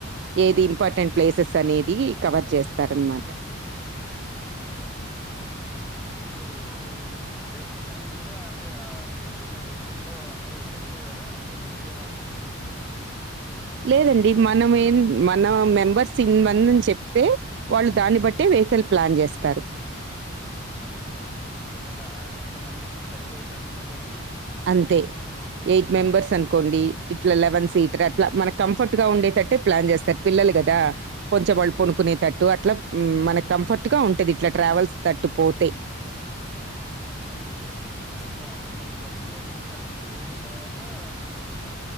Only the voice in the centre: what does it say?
ఓకే.
హుహు. ఓ ఆ ప్లేసెస్ అన్ని కూడా అంటే ఆ మీరు వెళ్ళిన వెహికల్ల్ లొ అందరు సరిపోయారా అంటే ఇంక వేరే వాళ్ళని కూడా ఎక్కించారా
ఉహు అంటే అంత మందికి సరిపోయేటట్టుగా వె
మ్మ్.
ఓకే అట్లా అంటే మరి ఫస్ట్ రోజు మీరు అక్కడికి చేరిన తర్వాత ఆ